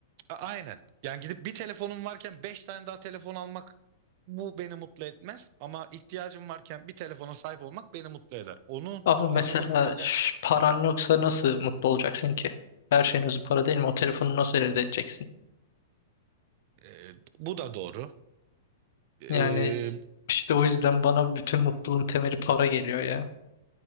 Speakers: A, on the right; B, on the left.
A: A- aynen. Yani gidip bir telefonum varken beş tane daha telefon almak bu beni mutlu etmez ama ihtiyacım varken bir telefona sahip olmak beni mutlu eder. Onun
B: Ama
A: kullanımın
B: mesela
A: bana
B: ş- paran yoksa nasıl mutlu olacaksın ki? Her şeyin özü para değil mi? O telefonu nasıl elde edeceksin?
A: e, bu da doğru. E,
B: Yani işte o yüzden bana bütün mutluluğun temeli para geliyor ya.